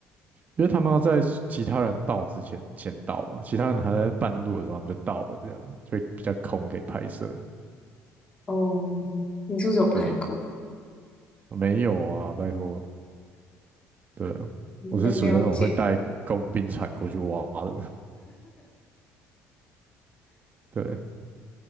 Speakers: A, on the right; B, on the left.
A: 因为他们要在其他人到之前先到嘛，其他人还在半路的时候他们就到了，这样就会比较空给拍摄，
B: 哦，你是不是有拍过？
A: 对吧？没有啊，拜托，对，
B: 我很了解。
A: 我是属于那种会带工兵铲过去挖的。<laughs> 对，